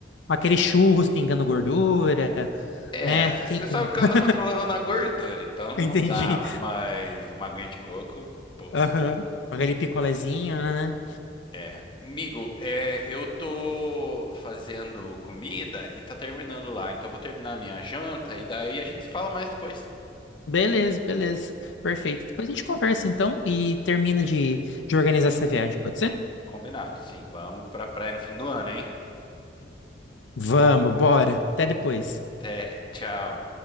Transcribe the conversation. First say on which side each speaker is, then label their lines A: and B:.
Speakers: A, on the left; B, on the left.
A: Aqueles churros pingando gordura,
B: É,
A: né?
B: você
A: Quem- <laughs>
B: sabe que eu ando controlando na gordura, então não
A: Entendi.
B: dá, mas uma aguinha de coco, pô,
A: Aham.
B: é
A: Aquele picolézinho, né?
B: É, amigo, é, eu tô fazendo comida e tá terminando lá, então eu vou terminar a minha janta e daí a gente se fala mais depois.
A: Beleza, beleza. Perfeito. Depois a gente conversa então e termina de, de organizar essa viagem, pode ser?
B: Combinado, sim, vamos pra praia no fim do ano, hein?
A: Vamos, bora. Até depois.
B: Até, tchau.